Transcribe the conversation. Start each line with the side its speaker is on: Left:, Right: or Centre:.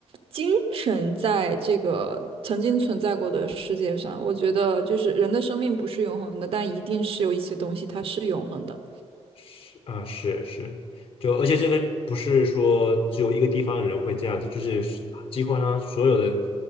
Right: 精神在这个曾经存在过的世界上。我觉得就是人的生命不是永恒的，但一定是有一些东西它是永恒的。
Left: 是啊，是是，就而且这个不是说只有一个地方的人会这样子，就是是几乎上所有的